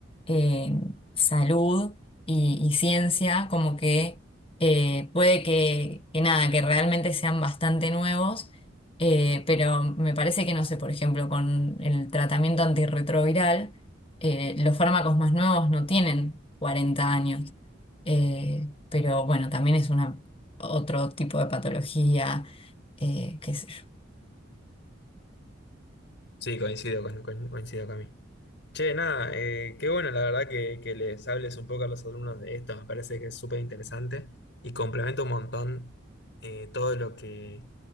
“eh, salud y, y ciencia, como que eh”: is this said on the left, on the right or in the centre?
Left